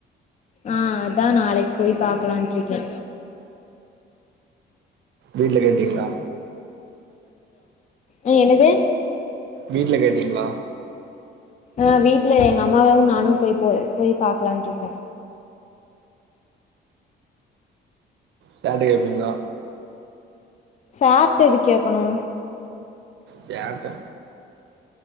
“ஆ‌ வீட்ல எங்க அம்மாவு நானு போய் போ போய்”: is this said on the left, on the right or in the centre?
Left